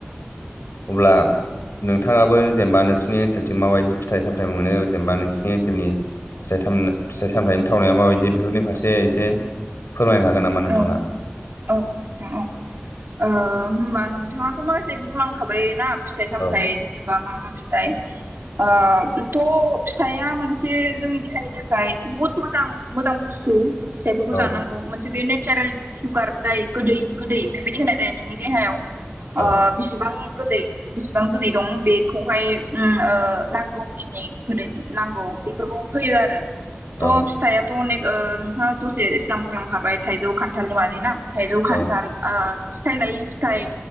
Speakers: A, on the left; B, on the right.
A: अब्ला नोंथाङाबो जेनेबा नोंसिनि ओनसोलथिं माबायदि फिथाइ सामथाइ थाइ मोनो औ जेनेबा नोंसिनि ओनसोलनि फिथाइ जायनो फिथाइ सामथाइ थावनाया माबायदि बेफोरनि फारसे एसे फोरमायनो हागोन नामा नोंथाङा
B: औ औ औ नोंथां औ ओ होनबा नों नोंथाङाथ माखासे बुंलांखाबाय ना फिथाइ सामथाइ
A: औ
B: जेनेबा मा मा फिथाइ ओ थ फिथाया मोनसे जोंनि देहानि थाखाय बुहुत मोजां मोजां बुस्थु फिथाइफोरखौ
A: औ
B: जानांगौ मोनसे बे नेचारेल सुगार जाय गोदै गोदै बेबायदि होनाय जायो नोंनि देहायाव
A: औ
B: ओ बिसिबां गोदै बिसिबां गोदै दं बेखौहाय ओं ओ नांगौखिनि गोदै नांगौ बेफोर फैयो आरो थ
A: औ
B: फिथायाथ अनेक ओ नोंथाङा दसे सिगां बुंलांखाबाय थाइजौ खान्थालनि मानि ना थाइजौ खान्थाल
A: औ
B: ओ फिथाइ लायै फिथाइ